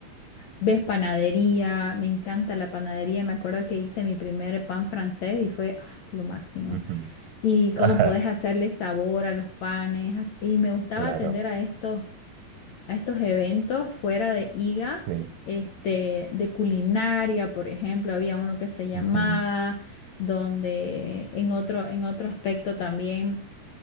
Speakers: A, on the left; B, on the right.
A: ¿Ves panadería? Me encanta la panadería. Me acuerdo que hice mi primer pan francés y fue ah, lo máximo.
B: Ujú.
A: Y cómo
B: <laughs>
A: podés hacerle sabor a los panes. a- Y me gustaba
B: Claro,
A: atender a estos, a estos eventos fuera de IGA,
B: sí.
A: este, de culinaria, por ejemplo. Había uno que se llamaba,
B: Ujú.
A: donde en otro, en otro aspecto también.